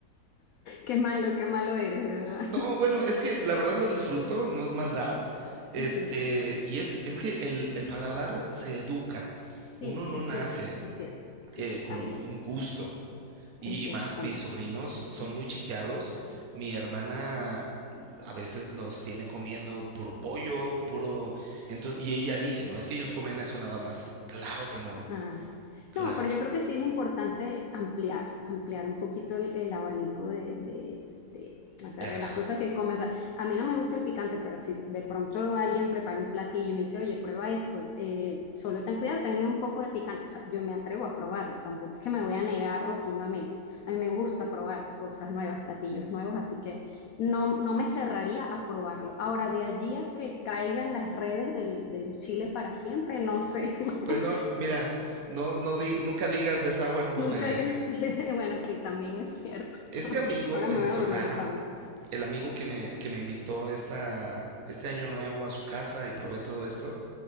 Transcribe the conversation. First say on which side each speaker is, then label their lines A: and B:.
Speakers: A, on the left; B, on the right.
A: Qué malo, qué malo eres, de verdad.
B: No, bueno, es que la verdad lo disfruto, no es maldad. Este,
A: <laughs> Sí.
B: y es, es que el, el paladar se educa.
A: Sí,
B: Uno no
A: es
B: nace
A: cierto, es cierto, sí,
B: eh, con
A: también,
B: un, un gusto. Y,
A: es cierto
B: y más,
A: también.
B: mis sobrinos son muy chiqueados. Mi hermana a veces los tiene comiendo puro pollo, puro... Entonces, y ella dice, no, es que ellos comen eso nada más. Claro que no,
A: Ah,
B: claro,
A: no, pero yo creo que sí es importante ampliar, ampliar un poquito el, el abanico de, de- de,
B: verdad.
A: o sea, de las cosas que comes. O sea, a mí no me gusta el picante, pero si de pronto alguien prepara un platillo y me dice, oye, prueba esto, eh, solo ten cuidado, ten un poco de picante. O sea, yo me atrevo a probarlo, tampoco es que me voy a negar rotundamente. A mí me gusta probar cosas nuevas, platillos nuevos, así que no, no me cerraría a probarlo. Ahora, de allí a que caigan las redes del, del Chile para siempre, no sé. <laughs>
B: Pues no, mira, no, no di- nunca digas de esa agua no
A: Nunca
B: beberé.
A: digas <laughs> Bueno, sí, también es cierto.
B: Este amigo
A: Ahora
B: venezolano,
A: me voy a volver fan.
B: el amigo que me, que me invitó esta, este año nuevo a su casa y probé todo esto,